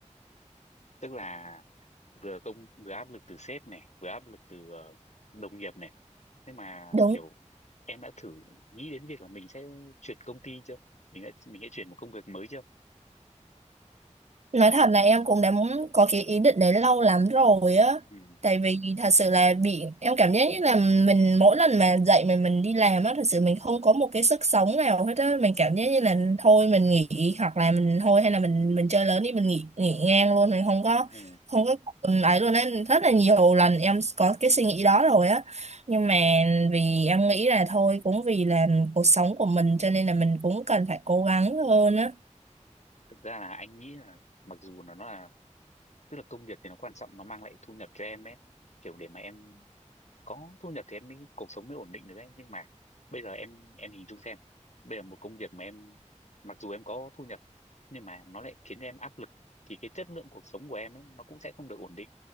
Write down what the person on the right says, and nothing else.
đúng
Nói thật là em cũng đã muốn có cái ý định đấy lâu lắm rồi á.
Tại vì thật sự là bị em cảm giác như là mình mỗi lần mà dậy mình mình đi làm á thật sự mình không có một cái sức sống nào hết á mình cảm giác như là thôi mình nghỉ hoặc là mình thôi hay là mình mình chơi lớn đi mình nghỉ nghỉ ngang luôn mình không có
không có ừ, ấy luôn á rất là nhiều lần em có cái suy nghĩ đó rồi á nhưng mà vì em nghĩ là thôi cũng vì là cuộc sống của mình cho nên là mình cũng cần phải cố gắng hơn á